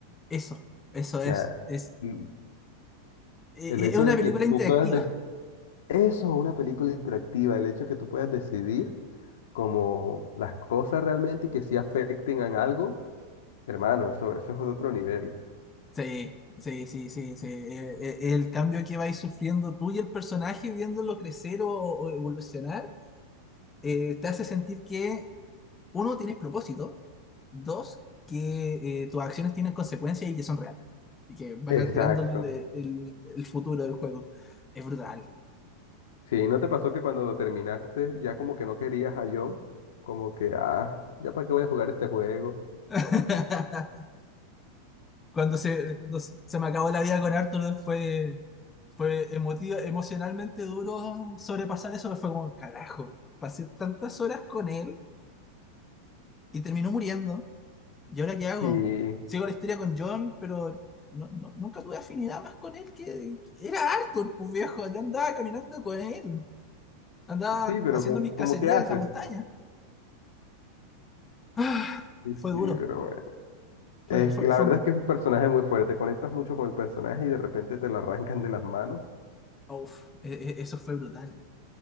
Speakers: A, on the left (about 15°); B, on the left (about 80°).
A: eso, eso
B: O sea,
A: es. Es,
B: mm,
A: e-
B: el hecho
A: e- es una
B: de
A: película
B: que tú
A: interactiva.
B: puedas, de- eso, una película interactiva, el hecho de que tú puedas decidir como las cosas realmente y que sí afecten a algo, hermano, eso, eso es otro nivel.
A: Sí, sí, sí, sí, sí. E- e- El cambio que vais sufriendo tú y el personaje viéndolo crecer o, o evolucionar, eh, te hace sentir que uno tienes propósito Dos, que eh, tus acciones tienen consecuencias y que son reales. Y que van
B: Exacto.
A: alterando el, el- el futuro del juego. Es brutal.
B: Sí, ¿no te pasó que cuando lo terminaste ya como que no querías a John? Como que, ah, ¿ya para qué voy a jugar este juego?
A: <laughs> Cuando se, cuando se se me acabó la vida con Arthur fue, fue emotivo, emocionalmente duro sobrepasar eso. Fue como, carajo, pasé tantas horas con él y terminó muriendo. ¿Y ahora qué hago?
B: Sí,
A: Sigo la historia con John, pero no, no- nunca tuve afinidad más con él que, que era Arthur, pues viejo. Yo andaba caminando con él. Andaba
B: sí, pero
A: haciendo
B: co-
A: mis cacerías
B: como, que haces.
A: en la montaña. <sighs> Ah,
B: Sí,
A: fue
B: sí,
A: duro.
B: pero bueno.
A: Fue,
B: Es
A: fue,
B: que la
A: fue
B: verdad
A: un gol-
B: es que es un personaje muy fuerte. Conectas mucho con el personaje y de repente te lo arrancan de las manos.
A: Uf, e- e- eso fue brutal.